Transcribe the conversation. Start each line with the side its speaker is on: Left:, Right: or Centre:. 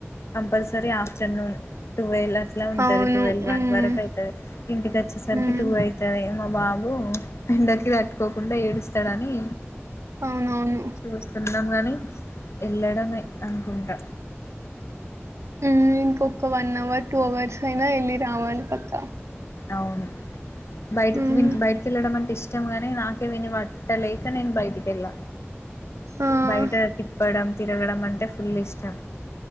Left: అమ్ సరిసరే ఆఫ్టర్నూన్ టువెల అట్లా ఉంటది
Right: అవును.
Left: టువెల్వ్
Right: హ్మ్.
Left: వన్ వరకు అయితది ఇంటికి వచ్చేసరికి
Right: హ్మ్.
Left: టూ అయితది మా బాబు ఉమ్ ఎండకి తట్టుకోకుండా ఏడుస్తడని
Right: అవునవును.
Left: చూస్తున్నంగని ఎల్లడమే అనుకుంటా
Right: ఉమ్ ఇంకొక వన్ అవర్ టూ అవర్స్ అయినా వెళ్ళి రావాలి పక్క
Left: అవును బయటికి
Right: హ్మ్.
Left: వీనికి బయటికెళ్ళడం అంటే ఇష్టం ఎమో గని నాకే విని పట్టలేక నేను బయటికెళ్ళ
Right: ఆ!
Left: బయట తిప్పడం తిరగడం అంటే ఫుల్ ఇష్టం